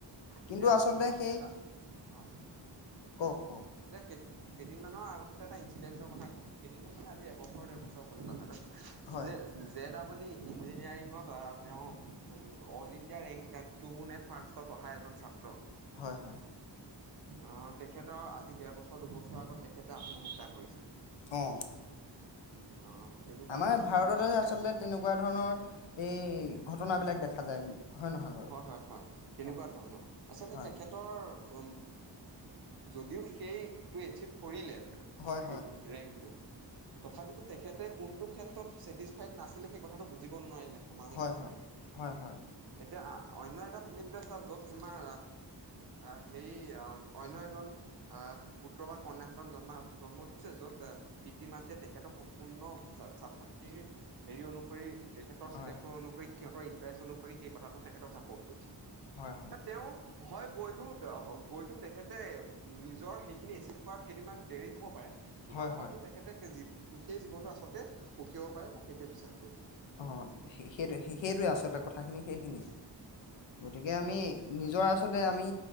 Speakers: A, on the left (about 80°); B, on the right (about 55°).
A: কিন্তু
B: এতিয়া
A: আচলতে
B: মই
A: সেই
B: এটা হয়,
A: কওক কওক
B: এতিয়া কেইদিনমানৰ আগতে এটা এক্সিডেণ্টৰ কথা কম, কেইদিনমান মানে আজি এবছৰ ডেৰ বছৰ হ'ল কথাটো
A: হয়
B: জে জে -ডাবল- ই ইঞ্জিনিয়াৰিঙত তেওঁ অল ইণ্ডিয়া ৰেংক টু নে ফাৰ্ষ ত অহা এজন ছাত্ৰ
A: হয় হয়
B: আহ, তেখেতৰ আজি ডেৰবছৰ দুবছৰৰ আগত তেখেতে আত্মহত্যা কৰিছে।
A: অঁ।
B: <inaudible> তেনেকুৱা
A: আমাৰ
B: ধৰণৰ
A: ভাৰততে
B: বহুত আজি
A: আচলতে
B: কাহি
A: তেনেকুৱা ধৰণৰ এই ঘটনাবিলাক দেখা যায়। হয় নহয় বাৰু
B: হয় হয় হয় তেনেকুৱা
A: অ
B: ধৰণৰ। আচলতে
A: হয়
B: তেখেতৰ উ যদিও সেই টো এচিভ কৰিলে
A: হয়
B: হেইৰিটো ৰেংকটো তথাপিতো তেখেতে কোনটো ক্ষেত্ৰত ছেটিছফাইড নাছিলে সেই কথাটো বুজিব নোৱাৰিলে সমাজে
A: হয়
B: বা
A: হয়
B: ফেমিলিয়ে
A: হয় হয় হয়
B: এতিয়া অন্য এটা ফেমিলি লৈ চোৱা, য'ত তোমাৰ আহ হেৰি অন্য এজন আহ পুত্ৰ বা কন্যা সন্তান জন্ম জন্ম হৈছে য'ত পিতৃ-মাতৃয়ে তেখেতৰ সম্পূৰ্ণ ছাত্ৰ ছাত্ৰীৰ হেৰি অনুসৰি তেখেতৰ
A: হয়
B: চিলেকসন অনুসৰি সিহঁতৰ ইণ্টাৰেষ্ট অনুসৰি সে কথাটো তেখেতক চাপৰ্ট কৰিছিল
A: হয় হয়
B: বা তেওঁ হয় গৈতো গৈতো তেখেতে নিজৰ সেইখিনি এচিভ কৰাত কেইদিনমান দেৰি হ'ব পাৰে কিন্তু
A: হয় হয়
B: হয়তো তেখেতে সেই স সেই জীৱনটো আচলতে সুখী হ'ব পাৰে মই সেইটোৱে বিশ্বাস কৰিছো
A: অঁ সেইটো সেইটোৱে আচলতে কথাখিনি সেইখিনিয়ে গতিকে
B: হয়
A: আমি নিজৰ আজ আচলতে আমি